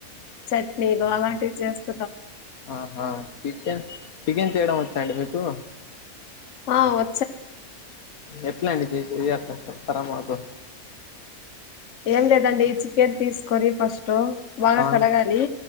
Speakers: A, on the left; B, on the left.
A: చట్నీలు అలాంటివి చేస్త
B: ఆహా చికెన్ చికెన్ చేయడం వచ్చాండి మీకు
A: ఆ వ
B: ఎట్ల అండి చేసేది అ కొంచెం చెప్తారా మాకు
A: ఏం లేదండి ఈ చికెన్ తీసుకొని ఫస్ట్ బాగా
B: ఆ
A: కడగాలి